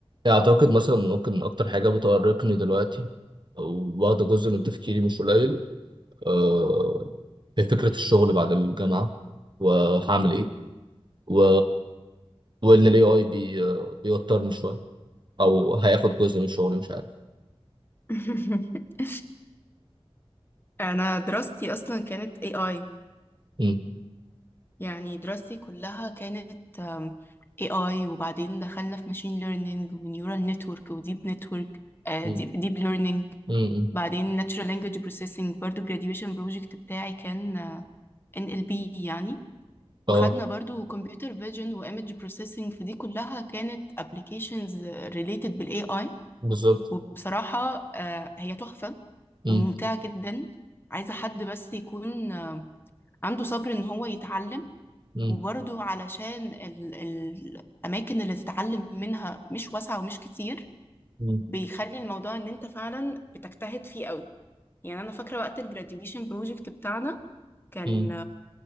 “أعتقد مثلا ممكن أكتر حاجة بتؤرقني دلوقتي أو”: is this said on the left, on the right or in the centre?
Right